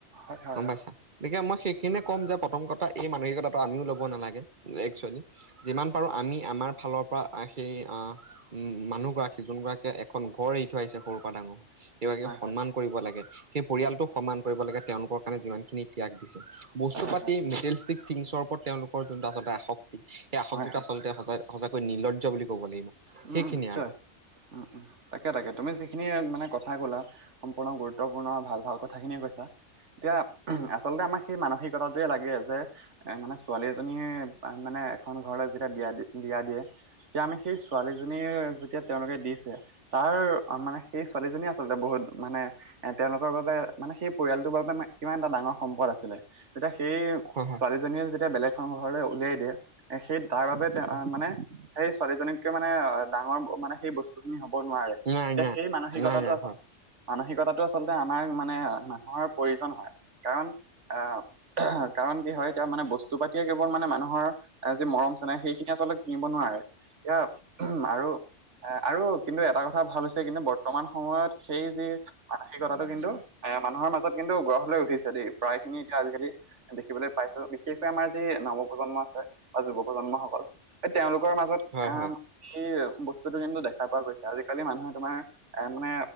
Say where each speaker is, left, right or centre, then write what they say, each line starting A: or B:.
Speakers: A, on the right; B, on the right.
A: হয় হয়
B: গম পাইছা
A: অ
B: গতিকে মই সেইখিনিয়ে ক'ম যে প্ৰথম কথা এই মানসিকতাটো আমিও ল'ব নালাগে একচুৱেলি যিমান পাৰোঁ আমি আমাৰ ফালৰ পৰা আহ সেই অহ উম মানুহ গৰাকী যোন গৰাকীয়ে এখন ঘৰ এৰি থৈ আহিছে সৰু পৰা ডাঙৰ হোৱা। সেই গৰাকীক
A: হয়
B: সন্মান
A: হয়
B: কৰিব লাগে। সেই পৰিয়ালটোক
A: উম
B: সন্মান কৰিব লাগে তেওঁলোকৰ কাৰণে যিমান খিনি ত্যাগ দিছে। বস্তু
A: হয় হয়
B: পাতি মেটেলষ্টিক থিংছৰ ওপৰত তেওঁলোকৰ যোনটো আচলতে আসক্তি সেই আসক্তিটো
A: হয় হয়
B: আচলতে সঁচাই সঁচাকৈ নীলৰ্জ্জ বুলি ক'ব লাগিব।
A: উম
B: সেইখিনিয়ে
A: উম নিশ্চয়।
B: আৰু
A: উম উম তাকে তাকে তুমি যিখিনি মানে কথা ক'লা সম্পূৰ্ণ গুৰুত্বপুৰ্ণ ভাল ভাল কথাখিনিয়ে কৈছা। এতিয়া উমহ আচলতে আমাৰ সেই মানসিকতাটোৱে লাগে যে এ মানে ছোৱালী এজনীয়ে মানে এখন ঘৰলৈ যেতিয়া বিয়া দি বিয়া দিয়ে তেতিয়া আমি সেই ছো ছোৱালীজনী যেতিয়া তেওঁলোকে দিছে তাৰ অ মানে সেই ছোৱালীজনীয়ে আচলতে বহুত মানে এ তেওঁলোকৰ বাবে মানে সেই পৰিয়ালটোৰ বাবে মা কিমান এটা ডাঙৰ সম্পদ আছিলে। তেতিয়া সেই
B: হয় হয়
A: ছোৱালীজনীয়ে যেতিয়া বেলেগ এখন ঘৰলৈ উলিয়াই দিয়ে। এ সেই তাৰ বাবেই তেওঁ
B: হয়
A: মানে সেই ছোৱালীজনীক মানে ডাঙৰ মানে সেই বস্তু খিনি হ'ব নোৱাৰে এতিয়া
B: নাই নাই
A: সেই মানসিকতাটো
B: নাই নাই
A: আচলতে
B: হয়
A: মানসিকতাটো আচলতে আমাৰ মানে মানুহৰ প্ৰয়োজন হয় কাৰণ আহ কাৰণ কি হয় এতিয়া মানে বস্তু পাতিয়ে কেৱল মানে মানুহৰ এ যি মৰম চেনেহ সেইখিনি আচলতে কিনিব নোৱাৰে এয়া উমহ আৰু এ আৰু কিন্তু এটা কথা ভাল হৈছে কিন্তু বৰ্তমান সময়ত সেই যি মানসিকতাটো কিন্তু এ মানুহৰ মাজত কিন্তু গঢ় লৈ উঠিছে দেই প্ৰায় খিনি এতিয়া আজিকালি দেখিবলৈ পাইছোঁ। বিশেষকৈ আমাৰ যি নৱ প্ৰজন্ম আছে বা যুৱ প্ৰজন্ম সকল এই তেওঁলোকৰ মাজত আহ
B: হয় হয়
A: এই বস্তুটো কিন্তু দেখা পোৱা গৈছে আজিকালি মানুহে তোমাৰ এ মানে